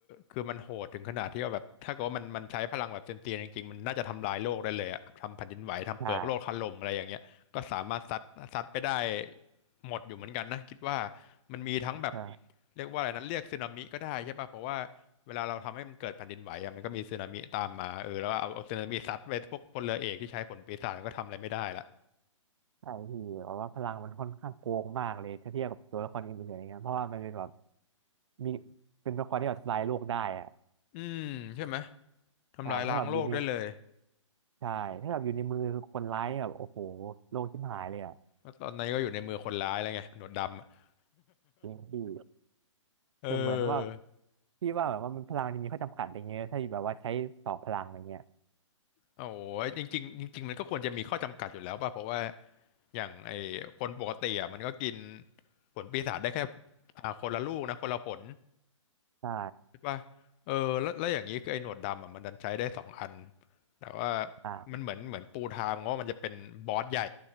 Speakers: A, on the left; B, on the right.
A: คือมันโหดถึงขนาดที่ว่าแบบถ้าเกิดว่ามันมันใช้พลังแบบเต็มเตียงจริงๆมันน่าจะทำลายโลกได้เลยอ่ะแบบทำแผ่นดินไหวทำเปลือกโลกถล่มอะไรอย่างเงี้ยก็สามารถซัดซัดไปได้
B: ใช่
A: หมดอยู่เหมือนกันนะคิดว่ามันมีทั้งแบบ
B: ใช่
A: เรียกว่าอะไรนะเรียกสึนามิก็ได้ใช่ป่ะเพราะว่าเวลาเราทำให้มันเกิดแผ่นดินไหวอ่ะมันก็มีสึนามิตามมาเออแล้วก็เอาเอาสึนามิซัดไปพวกพลเรือเอกที่ใช้ผลปีศาจก็ทำอะไรไม่ได้ละ
B: ใช่พี่เพราะว่าพลังมันค่อนข้างโกงมากเลยถ้าเทียบกับตัวละครอื่นๆอะไรเงี้ยเพราะว่ามันเป็นแบบมีเป็นตัวละครที่แบบทำลายโลกได้อะ
A: อืมใช่ไหม ทำลายล้างโลกได้เลย
B: ใช่ถ้าแบบอยู่ในใช่ถ้าแบบอยู่ในมือคนร้ายเนี่ยแบบโอ้โหโลกชิบหายเลยอะ
A: แล้วตอนนี้ก็อยู่ในมือคนร้ายแล้วไงหนวดดำอะ <laughs>
B: จริงพี่
A: เออ
B: แต่เหมือนว่าพี่ว่าแบบว่ามันพลังที่มีข้อจำกัดอะไรเงี้ยถ้าแบบว่าใช้สองพลังอะไรเงี้ย
A: โอ้โหจริงๆจริงๆมันก็ควรจะมีข้อจำกัดอยู่แล้วป่ะ เพราะว่าอย่างไอ้คนปกติอ่ะมันก็กินผลปีศาจได้แค่อ่าคนละลูกนะคนละผล
B: ใช่
A: ใช่ป่ะเออแล้วแล้วอย่างนี้คือไอ้หนวดดำอ่ะมันดันใช้ได้สองอันแต่ว่า
B: อ่า
A: มันเหมือนเหมือนปูทางว่ามันจะเป็นบอสใหญ่